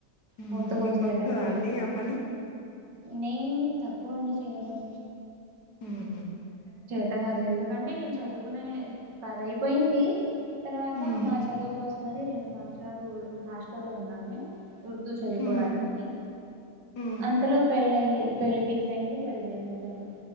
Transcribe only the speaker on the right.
కోత
కోసేటప్పుడు
నేను తక్కువండి చేయడం
అంత కాదు ఎందుకంటే నేను చదువుకునే పదయిపోయింది తర్వాత
మా చదువుకోసం అందుకని రెండు సంవత్సరాలు హాస్టల్ లో ఉన్నాను. ఉర్దూ చదువుకోవడానికి
అనీ
అంతలో పెళ్ళయి ఎ పెళ్లి ఫిక్స్ అయింది పెళ్లి చేసేసారు